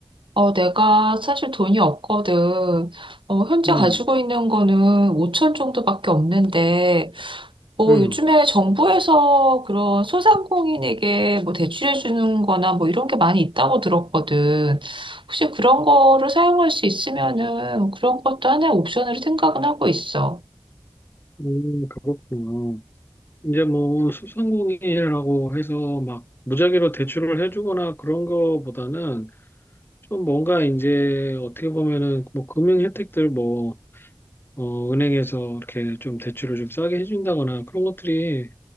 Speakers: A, on the right (about 80°); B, on the left (about 25°).
A: 어, 내가 사실 돈이 없거든. 어, 현재
B: 음,
A: 가지고 있는 거는 5천 정도밖에 없는데, 뭐
B: 음,
A: 요즘에 정부에서 그런 소상공인에게 뭐 대출해 주는 거나 뭐 이런 게 많이 있다고 들었거든. 혹시 그런 거를 사용할 수 있으면은 그런 것도 하나의 옵션으로 생각은 하고 있어.
B: 음, 그렇군요. 이제 뭐 소상공인이라고 해서 막 무작위로 대출을 해주거나 그런 거보다는 좀 뭔가 이제 어떻게 보면은 뭐 금융 혜택들 뭐, 어, 은행에서 이렇게 좀 대출을 좀 싸게 해준다거나 그런 것들이